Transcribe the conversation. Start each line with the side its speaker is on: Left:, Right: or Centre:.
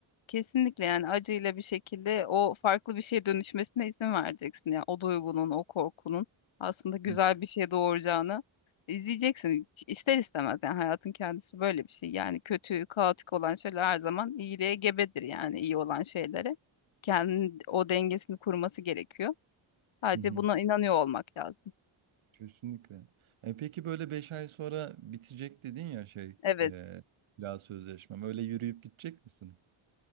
Left: Kesinlikle yani acıyla bir şekilde o farklı bir şeye dönüşmesine izin vereceksin. Yani o duygunun, o korkunun aslında güzel
Right: Hı,
Left: bir şeye doğuracağını izleyeceksin. İster istemez yani hayatın kendisi böyle bir şey. Yani kötü, kaotik olan şeyler her zaman iyiliğe gebedir yani iyi olan şeylere. Kendi o dengesini kurması gerekiyor. Sadece
Right: hı, hı.
Left: buna inanıyor olmak lazım.
Right: kesinlikle. E, peki böyle 5 ay sonra bitecek dedin ya şey
Left: Evet.
Right: e, biraz sözleşmem. Öyle yürüyüp gidecek misin?